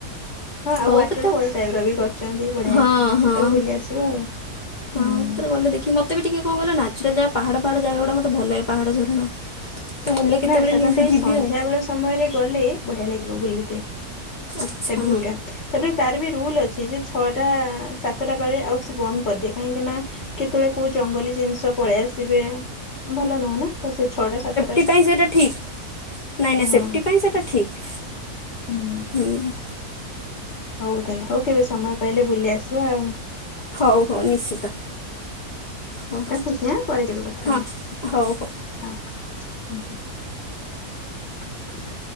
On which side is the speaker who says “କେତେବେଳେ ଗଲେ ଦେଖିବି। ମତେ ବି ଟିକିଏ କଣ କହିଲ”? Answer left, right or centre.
Left